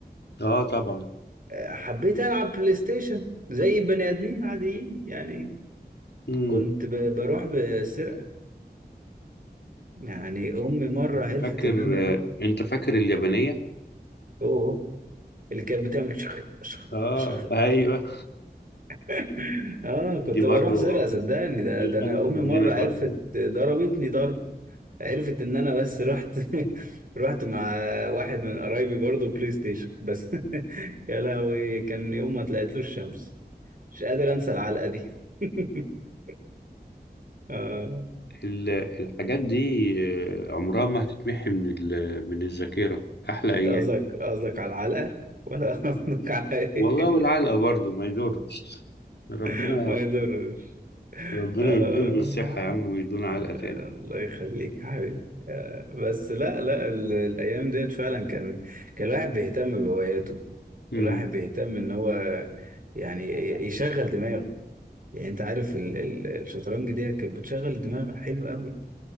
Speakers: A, on the left; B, on the right.
A: اه طبعا
B: حبيت ألعب بلاي ستيشن زي البني آدمين عاديين يعني
A: امم
B: كنت ب- بروح بسرقة يعني أمي مرة
A: انت
B: عرفت
A: فاكر
B: إن أنا أروح
A: آه، انت فاكر اليابانية
B: أوه اللي كانت بتعمل شخ شخ
A: اه
B: شخ
A: ايوه
B: <laughs> آه كنت
A: دي
B: بروح
A: برضو
B: سرقة صدقني ده
A: دي
B: ده
A: خدت
B: أنا أمي
A: مننا
B: مرة عرفت
A: برضو
B: ضربتني ضرب عرفت إن أنا بس رحت <laughs> رحت مع واحد من قرايبي برضه بلاي ستيشن بس <laughs> يا لهوي كان يوم ما طلعتلوش الشمس مش قادر أنسى العلقة دي <laughs> آه.
A: ال- الحاجات دي آه، عمرها ما هتتمحي من ال- من الذاكرة أحلى
B: انت
A: أيام
B: قصدك قصدك على العلقة ولا <laughs> قصدك على ايه
A: والله والعلقة برضو ما يدورش ربنا
B: <laughs> ما يضرش
A: ربنا
B: آه.
A: يديهم الصحة يا عم ويدونا علقة
B: آه،
A: تاني
B: الله يخليك يا حبيبي آه، بس لا لا ال- الايام ديت فعلا كان كان الواحد بيهتم بهواياته كان
A: مم.
B: الواحد بيهتم ان هو يعني ي- يشغل دماغه يعني انت عارف ال- ال- الشطرنج دي كانت بتشغل الدماغ حلو قوي